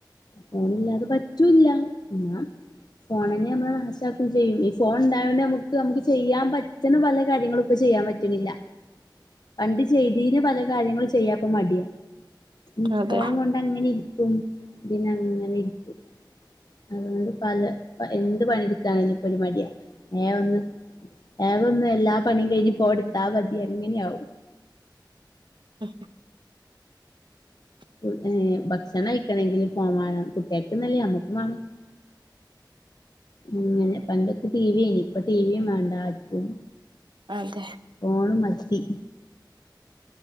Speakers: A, on the left; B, on the right.
A: ഫോണില്ലാതെ പറ്റൂല്ലാ ഇന്നാ ഫോണെന്നെ നമ്മളെ നാശാക്കും ചെയ്യും ഈ ഫോണ് ഇണ്ടായതോണ്ട് ഞമ്മക്ക് ഞമ്മക്ക് ചെയ്യാൻ പറ്റ് റ്റ്ണ പല കാര്യങ്ങളും ഇപ്പ ചെയ്യാൻ പറ്റ്ണില്ലാ പണ്ട് ചെയ്തീന പല കാര്യങ്ങളും ചെയ്യാപ്പ മടിയാ ഉം
B: അതെ
A: ഫോണും കൊണ്ട് അങ്ങനെ ഇരിക്കും പിന്നെ അങ്ങനെ ഇരിക്കും അതുകൊണ്ട് പല പ എന്ത് പണിയെടുക്കാണേലും ഇപ്പൊരു മടിയാ വേ ഒന്ന് വേഗൊന്ന് എല്ലാ പണിയും കഴിഞ്ഞ് ഫോ എടുത്താ മതി അങ്ങനെയാവും
B: ആ
A: ഫുഡ് ഏഹ് ഭക്ഷണം കഴിക്കണെങ്കില് ഫോൺ വാണം കുട്ടിയേക്ക്ന്നല്ലാ ഞമ്മുക്കും വാണം അങ്ങനെ പണ്ടൊക്കെ ടി വിയേനി ഇപ്പ ടിവിയും വേണ്ടാ ആര്ക്കും
B: അതെ
A: ഫോണ് മതി